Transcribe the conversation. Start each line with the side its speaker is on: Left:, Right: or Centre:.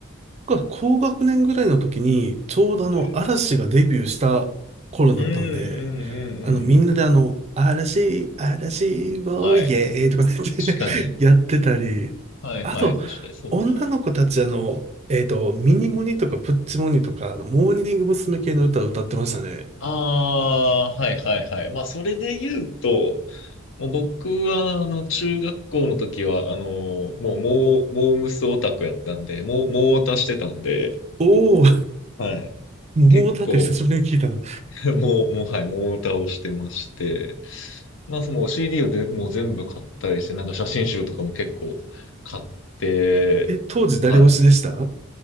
Right: 僕は高学年ぐらいの時に、ちょうどあの、
Left: はい。
Right: 嵐がデビューした頃だったんで、
Left: うん、うん、うん、
Right: あの、みんなであの、
Left: うん。うん
Right: 嵐、嵐、をイエーイとかね
Left: はい。
Right: <laughs>
Left: 確かに。
Right: やってたり、
Left: はいはい。
Right: あと、
Left: 確かにそうか。
Right: 女の子たちあの、えっと、ミニモニとかプッチモニとか、あのモーニング娘。系の歌を歌ってましたね。
Left: ああ、はいはいはい。まあ、それで言うと、もう僕は、あの、中学校の時は、あの、もう、モー、モームスオタクやったんで、もう、モーオタしてたんで、
Right: おー、
Left: はい。
Right: もうだって久しぶりに聞いたな。
Left: 結構、<laughs> もう、もう、はい、モーオタをしてまして、まあ、その CD をでもう全部買ったりして、なんか写真集とかも結構買って、
Right: え、当時誰推しでしたあ
Left: はい。